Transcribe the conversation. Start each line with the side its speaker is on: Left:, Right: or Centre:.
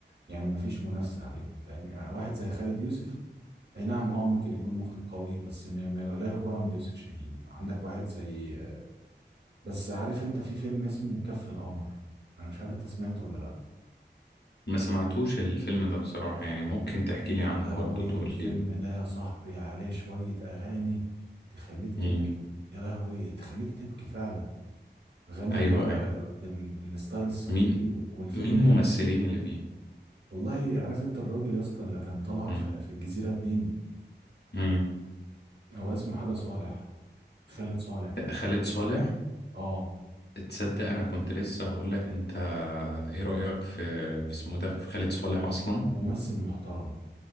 Right: يعني ما فيش منافسه عليهم فاهم يعني واحد زي خالد يوسف اي نعم اه ممكن يكون مخرج قوي بس ما ما لا يقارن بيوسف شاهين عندك واحد زي بس عارف انت في فيلم اسمه كف القمر انا مش عارف انت سمعته ولا لا
Left: ما سمعتوش الفيلم ده بصراحة يعني ممكن تحكي لي عنه
Right: يا لهوي
Left: برضو تقول
Right: الفيلم ده يا صاحبي عليه شويه اغاني تخليك تبكي
Left: لي
Right: يا لهوي تخليك تبكي فعلا اغاني
Left: ايوه
Right: اللي هو
Left: ايوه
Right: بال... بالستايل الصعيدي
Left: مين
Right: والفيلم
Left: مين ممثلين
Right: كان
Left: اللي فيه
Right: والله عارف انت الراجل يا اسطى اللي كان طلع
Left: مم.
Right: في, في الجزيرة اتنين
Left: مم.
Right: هو اسمه حاجة صالح خالد صالح تقريبا
Left: خالد صالح
Right: اه
Left: تصدق انا كنت لسه هقول لك انت ايه رأيك في في اسمه ده في خالد صالح اصلا
Right: ممثل محترم